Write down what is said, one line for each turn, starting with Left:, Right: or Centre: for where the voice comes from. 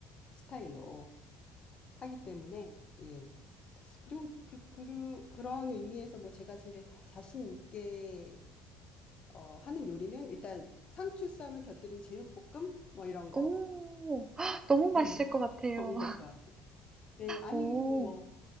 Left: 스타일로 하기 때문에 예. 그리고 그, 그, 그런 의미에서 뭐 제가 제일 자신 있게 어, 하는 요리는 일단 상추쌈을 곁들인 제육볶음 뭐 이런 거.
Right: 오, <gasps> 너무 맛있을
Left: 네, <laughs>
Right: 것 같아요.
Left: 그런 거 좋아. 네, 아니
Right: 오,
Left: 그리고 뭐